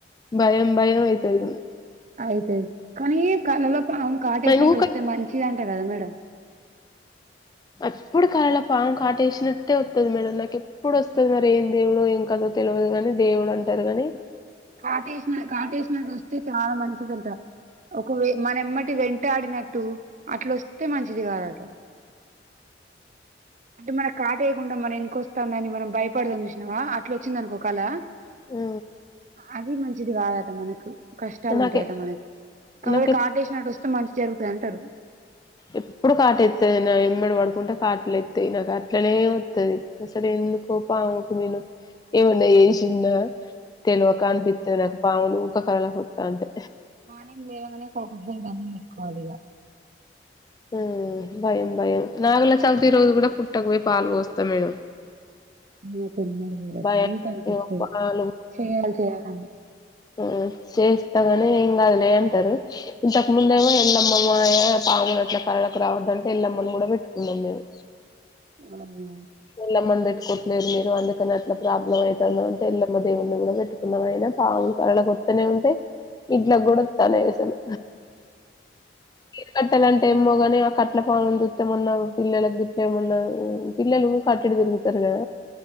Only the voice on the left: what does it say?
భయం భయం అయితది
ఊక
అప్పుడు కాలాల పావు కాటేష్నట్టే ఒత్తది మేడం నాక్ ఎప్పూడు ఒస్తది మరి ఏం దేవుడో ఏం కాదో తెలువదుగని దేవుడు అంటరు గని
ఉ
నాకు
నాకు
ఎప్పూడు కాటేతై నా ఎంబడి వడుకుంట కాట్లుఎత్తయి నాకు అట్లనే ఒత్తది సరే ఎందుకోపంకు నేను ఏమన్నా ఎషిన్నా తెల్వకా అన్పితది నాకు పావులు ఊక కలలకొత్త అంటే
ఆ భయం భయం నాగుల చవితి రోజు గూడా పుట్టక్వోయి పాల్ వోస్తా మేడం
భయం
ఇగ పాలు
ఉ చేస్తాగానీ ఏంగాదులే అంటారు ఇంతకు ముందేమో ఎల్లమ్మఏమో పాములు అట్ల కళలకు రావద్దంటే ఎల్లమ్మను గుడా వేట్టుకున్నాం మేము
ఎల్లమ్మని బేట్టుకోట్లేదు మీరు అందుకని అట్లా ప్రాబ్లం అయితంది అంటే ఎల్లమ్మ దేవున్నీ కూడా వేట్టు కున్నాం అయిన పావులు కలలకొత్తనే ఉంటై ఇంట్లోక్ గడ ఒత్తనై అసలు ఇ కట్టలు అంటే ఏమ్మో గాని ఆ కట్లా పావున్ జూతే మొన్న పిల్లలక్ గిట్లా ఏమన్నా పిల్లలు కట్డిటుతిరుతారు గదా